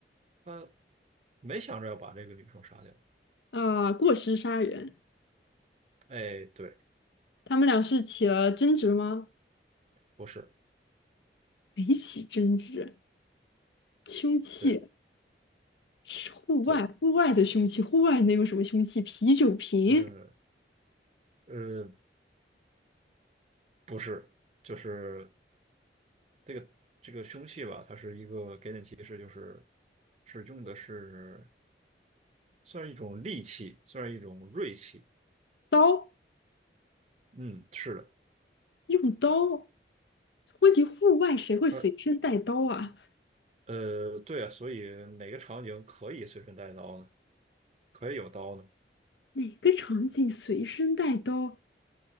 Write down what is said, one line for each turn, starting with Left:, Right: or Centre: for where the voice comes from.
Right: 他没想着要把这个女生杀掉。
Left: 啊，过失杀人，
Right: 哎，对，
Left: 他们俩是起了争执吗？
Right: 不是，
Left: 没起争执，凶器
Right: 对
Left: 是户外户外的凶器，
Right: 对，
Left: 户外能有什么凶器？啤酒瓶、
Right: 嗯呃，不是，就是这个这个凶器吧，它是一个给点提示，就是是用的是算是一种利器，算是一种锐器。
Left: 刀。
Right: 嗯，是的，
Left: 用刀？问题户外谁会随身带刀啊？
Right: 而呃，对啊，所以哪个场景可以随身带刀呢？可以有刀呢？
Left: 哪个场景随身带刀？